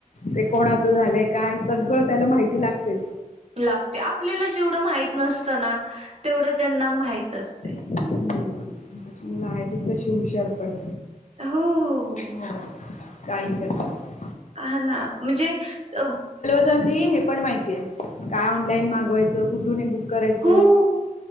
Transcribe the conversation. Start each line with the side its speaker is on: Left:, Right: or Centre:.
Left: ते कोणाचं झालंय काय सगळं त्याला माहिती लागते.
Right: लागते आपल्याला जेवढं माहित नसतं ना तेवढं त्यांना माहित असते.
Left: हम्मं मूल आहेच तशी हुशार पड.
Right: हो
Left: हो काही करतात.
Right: हा ना म्हणजे अ
Left: म्हणली हे पण माहित काय ऑनलाईन मागवायचं कुठ हे बुक करायच.
Right: हो